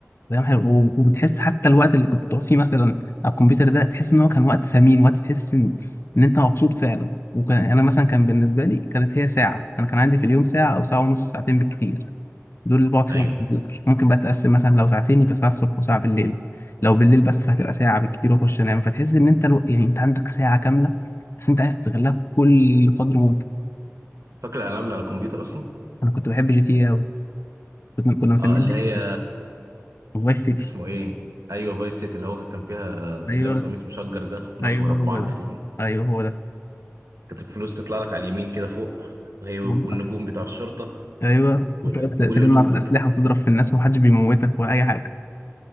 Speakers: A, on the left; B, on the right.
A: دايما حلو و- وبتحس حتى الوقت اللي كنت بتقعد فيه مثلا على الكمبيوتر ده تحس ان هو كان وقت ثمين وقت تحس ان ان انت مبسوط فعلا وكان انا مثلا كان بالنسبه لي كانت هي ساعه انا كان عندي في اليوم ساعه او ساعه ونص ساعتين بالكتير دول اللي بقعد فيهم
B: ايوه
A: على الكمبيوتر ممكن بقى تقسم مثلا لو ساعتين يبقى ساعه الصبح وساعه بالليل لو بالليل بس فهتبقى ساعه بالكتير واخش انام فتحس ان انت الو... يعني انت عندك ساعه كامله بس انت عايز تستغلها بكل قدر ممكن
B: فاكر الالعاب اللي على الكمبيوتر اصلا
A: انا كنت بحب جي تي قوي كنا كنا مسمينها
B: اه اللي
A: كده
B: هي
A: فايس سيتي
B: اسمه ايه ايوه فايس سيتي اللي هو كان فيها
A: ايوه
B: اللي لابس قميص مشجر ده وراسه
A: ايوه
B: مربعه
A: هو
B: تقريبا
A: ده ايوه هو
B: كانت الفلوس تطلع لك على اليمين كده فوق وهي والنجوم
A: ده
B: بتاع الشرطه
A: ايوه
B: وال-
A: وتقعد
B: والقلوب
A: تجمع في الاسلحه وتضرب في الناس ومحدش بيموتك ولا اي حاجه